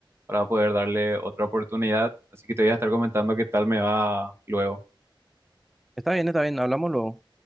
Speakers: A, on the right (about 30°); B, in the centre.
A: para poder darle otra oportunidad. Así que te voy a estar comentando qué tal me va luego.
B: Está bien, está bien, hablamos luego.